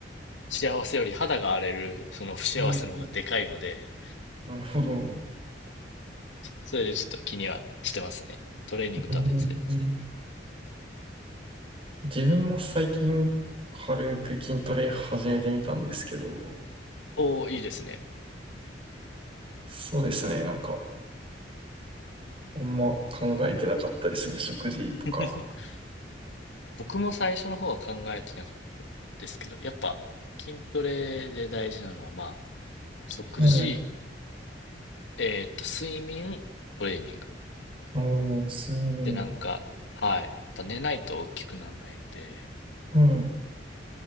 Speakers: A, on the left; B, on the right.
A: 幸せより肌が荒れるその不幸せの方がでかいので、
B: うんなるほど。え
A: それでちょっと気にはしてますね。トレーニングとは別で。
B: ー自分も最近、軽く筋トレ始めてみたんですけど、
A: おー、いいですね。
B: そうですね。なんか、あんま考えてなかったですね。食事とか。
A: <laughs> 僕も最初の方は考えてなかったですけど、やっぱ筋トレで大事なのは、まあ、食事、
B: はい。
A: えーっと、睡眠、トレーニング。
B: ああ、睡眠。
A: で、なんか、はい。やっぱ寝ないと大きくならないので、
B: はい。